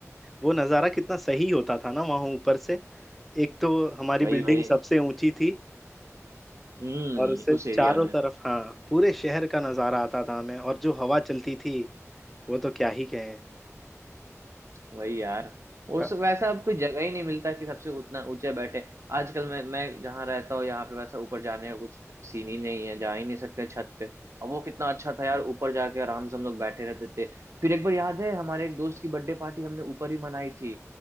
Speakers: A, in the centre; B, on the right.
A: वो नज़ारा कितना सही होता था ना वहाँ ऊपर से एक तो हमारी
B: वही
A: बिल्डिंग
B: वही
A: सबसे ऊंची थी
B: हम्म
A: और उससे
B: उस एरिया
A: चारों
B: में
A: तरफ हाँ पूरे शहर का नजारा आता था हमें और जो हवा चलती थी वो तो क्या ही कहें
B: वही यार
A: अ-
B: उस वैसा अब कोई जगह ही नहीं मिलता कि सबसे उतना ऊंचे बैठे आजकल मैं मैं जहाँ रहता हूँ यहाँ पे वैसा ऊपर जाने का कुछ सीन ही नहीं है जा ही नहीं सकते छत पे अब वो कितना अच्छा था यार ऊपर जाके आराम से हम लोग बैठे रहते थे फिर एक बार याद है हमारे एक दोस्त की बर्थडे पार्टी हमने ऊपर ही मनाई थी